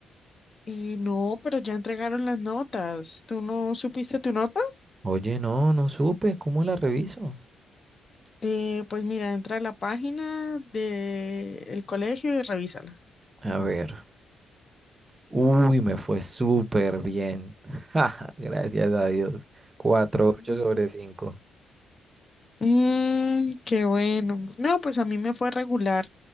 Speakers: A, on the left; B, on the right.
A: Eh, no, pero ya entregaron las notas. ¿Tú no supiste tu nota?
B: Oye, no, no supe, ¿cómo la reviso?
A: Eh, pues mira, entra a la página del colegio y revísala.
B: A ver, uy, me fue súper bien. <laughs> Ja, Gracias a Dios. cuatro
A: Mm.
B: punto ocho sobre cinco.
A: Mm, qué bueno. No, pues a mí me fue regular.